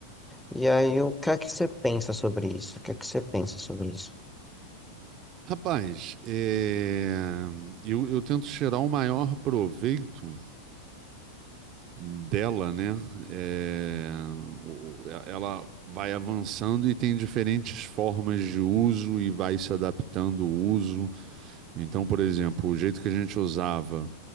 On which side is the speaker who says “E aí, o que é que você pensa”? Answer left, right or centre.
Centre